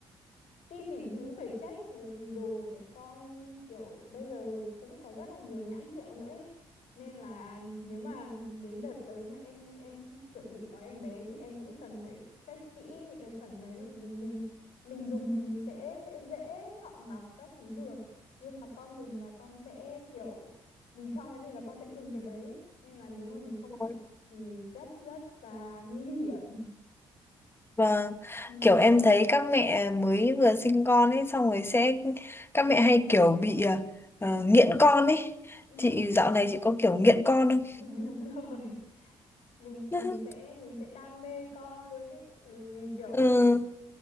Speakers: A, on the left (about 70°); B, on the left (about 20°).
A: ti tỷ thứ phải check bởi vì đồ của trẻ con kiểu bây giờ cũng có rất là nhiều nhãn hiệu nữa ấy. Nên là nếu mà đến đợt tới mà em em chuẩn bị có em bé thì em cũng cần phải check kỹ những cái phần đấy bởi vì mình mình dùng thì mình sẽ sẽ dễ chọn lọc các thứ được nhưng mà con dùng là con sẽ kiểu mình cho cái gì là con sẽ dùng cái đấy nên là nếu mà mình không
B: Ừ.
A: chọn lọc thì rất rất là nguy hiểm
B: Vâng,
A: ừ.
B: kiểu em thấy các mẹ mới vừa sinh con ấy xong rồi sẽ các mẹ hay kiểu bị à, ờ, nghiện con ấy.
A: Ừ.
B: Chị dạo này chị có kiểu nghiện con không?
A: <laughs> đúng rồi mình mình
B: <laughs>
A: sẽ mình sẽ đam mê con luôn ý bởi vì kiểu
B: Ừ,